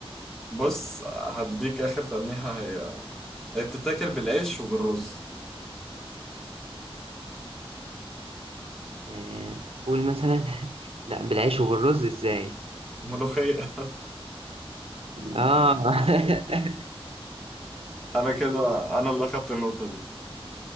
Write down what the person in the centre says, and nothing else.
بص هديك آخر تلميحة هي هي بتتاكل بالعيش وبالرز
ملوخية <laughs>
أنا كده أنا اللي أخدت النقطة دي